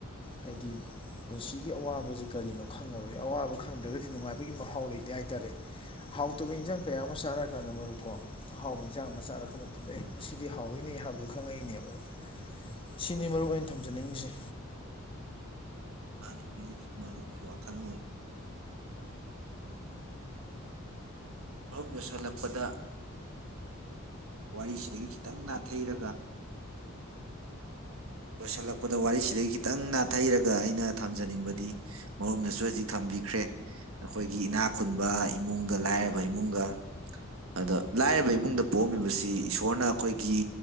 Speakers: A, on the left (about 25°); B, on the right (about 80°).
A: ꯍꯥꯏꯗꯤ ꯄꯨꯟꯁꯤꯒꯤ ꯑꯋꯥꯕꯁꯤ ꯀꯔꯤꯅꯣ ꯈꯪꯉꯕ ꯑꯋꯥꯕ ꯈꯪꯗ꯭ꯔꯒꯗꯤ ꯅꯨꯡꯉꯥꯏ ꯒꯤ ꯃꯍꯥꯎ ꯂꯩꯇꯦ ꯍꯥꯏꯇꯥꯔꯦ ꯍꯥꯎꯇꯕ ꯏꯟꯖꯥꯡ ꯀꯌꯥ ꯑꯃ ꯆꯥꯔꯛꯑꯀꯥꯟꯗ ꯃꯔꯨꯞꯀꯣ ꯑꯍꯥꯎꯕ ꯏꯟꯖꯥꯡ ꯑꯃ ꯆꯥꯔꯛꯄ ꯃꯇꯝꯗ ꯑꯦ ꯃꯁꯤꯗꯤ ꯍꯥꯎꯋꯤꯅꯦ ꯍꯥꯏꯕꯗꯨꯣ ꯈꯪꯉꯛꯏꯅꯦ ꯃꯔꯨꯞ ꯁꯤꯅꯤ ꯃꯔꯨꯞ ꯑ ꯑꯣꯏꯅ ꯊꯝꯖꯅꯤꯡꯉꯤꯁꯦ
B: ꯃꯥ ꯃꯥ ꯋꯥ ꯈꯜ ꯃꯔ ꯂꯣꯏꯁꯤꯜꯂꯛꯄꯗ ꯋꯥꯔꯤꯁꯤꯗꯒꯤ ꯈꯤꯇꯪ ꯅꯥꯊꯩꯔꯒ ꯂꯣꯏꯁꯤꯜꯂꯛꯄꯗ ꯋꯥꯔꯤꯁꯤꯗꯒꯤ ꯈꯤꯇꯪ ꯅꯥꯊꯩꯔꯒ ꯑꯩꯅ ꯊꯝꯖꯅꯤꯡꯕꯗꯤ ꯃꯔꯣꯝꯗꯁꯨ ꯍꯧꯖꯤꯛ ꯊꯝꯕꯤꯈ꯭ꯔꯦ ꯑꯩꯈꯣꯏꯒꯤ ꯏꯅꯥ ꯈꯨꯨꯟꯕ ꯏꯃꯨꯡꯒ ꯂꯥꯏꯔꯕ ꯏꯃꯨꯡꯒ ꯑꯗ ꯂꯥꯏꯔꯕ ꯏꯃꯨꯡꯗ ꯄꯣꯛꯑꯝꯃꯤꯕꯁꯤ ꯏꯁꯣꯔꯅ ꯑꯩꯈꯣꯏꯒꯤ